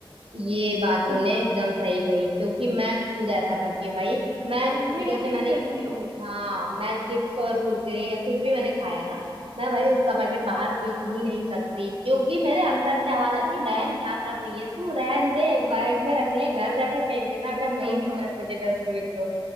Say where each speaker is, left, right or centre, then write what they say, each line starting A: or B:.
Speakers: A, on the right; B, on the right.
A: ये बात
B: <laughs>
A: तुमने एकदम सही कही क्योंकि मैं खुद ऐसा करती हूँ भाई मैं
B: तुम भी
A: जैसे
B: ऐसे ही
A: मैंने
B: करती हो
A: हाँ मैं चिप्स और कुरकुरे या कुछ भी मैंने खाया ना मैं भाई उसका पैकेट बाहर फेंक ही नहीं सकती क्योंकि मेरे अंदर से आवाज आती है बहन क्या कर रही है तू रहन दे बैग में रख ले घर जाके फेंक देना अगर नहीं
B: हाँ
A: दिख
B: हाँ
A: रहा तुझे डस्टबिन तो